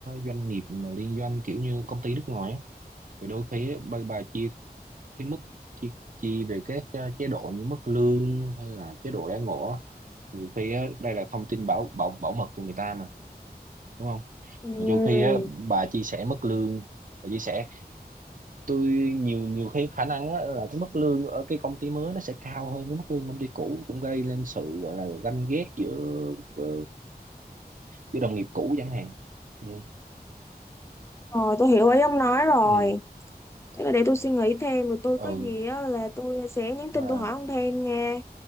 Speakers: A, on the right (about 55°); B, on the left (about 15°).
A: doanh nghiệp mà liên doanh kiểu như công ty nước ngoài á thì đôi khi á, bà, bà chia cái mức chi, chi về các ờ, chế độ như mức lương hay là chế độ đãi ngộ á nhiều khi á đây là thông tin bảo bảo bảo mật của người ta mà đúng không
B: ừ
A: Mà đôi khi á bà chia sẻ mức lương bà chia sẻ tôi nhiều nhiều khi khả năng á, là cái mức lương ở cái công ty mới nó sẽ cao hơn cái mức lương công ty cũ cũng gây lên sự gọi là ganh ghét giữa ờ, giữa đồng nghiệp cũ chẳng hạn ừ
B: rồi tôi hiểu ý ông nói rồi
A: ừ
B: thế là để tôi suy nghĩ thêm rồi tôi
A: ừ
B: có gì á là tôi sẽ nhắn
A: mà
B: tin tôi hỏi ông thêm nha